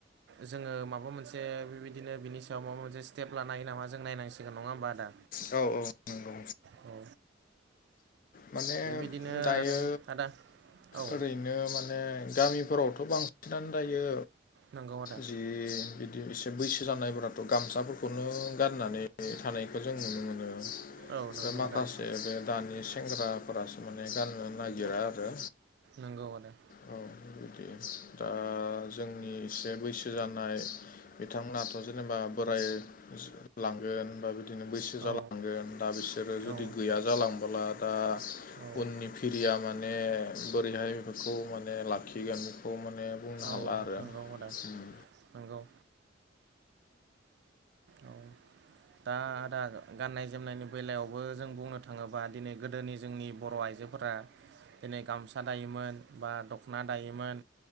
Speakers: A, on the right; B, on the left.
A: जोङो माबा मोनसे बेबायदिनो बिनि सायाव माबा मोनसे स्टेप लानो हायो नामा जों नायनांसिगोन नङा होमबा आदा
B: औ औ। नंगौ
A: औ।
B: माने
A: बेबायदिनो
B: दायो
A: आरो आदा औ
B: ओरै नो माने गामिफोरावथ' बांसिनानो दायो
A: नंगौ आदा
B: जि बिदि एसे बैसो जानायफोराथ' गामसाफोरखौनो गाननानै थानायखौ जों नुनो मोनो।
A: औ नंगौ
B: ओ माखासे
A: आदा
B: बे दानि सेंग्राफ्रासो माने गाननो नागिरा आरो।
A: नंगौ आदा।
B: औ बिदि दा जोंनि एसे बैसो जानाय बिथांमोनाथ' जेनेबा बोराय लांगोन बा बिदिनो बैसो जालांगोन
A: औ
B: दा बिसोरो जुदि
A: औ
B: गैया जालांबाला आ
A: औ
B: उननि फिरिया माने बोरैहाय बेखौ माने लाखिगोन बेखौ माने बुंनो
A: औ
B: हाला आरो
A: नंगौ आदा
B: उम।
A: नंगौ। औ दा आदा गाननाय जोमनायनि बेलायावबो जों बुंनो थाङोबा दिनै गोदोनि जोंनि बर' आइजो फोरा दिनै गामसा दायोमोन बा दख'ना दायोमोन।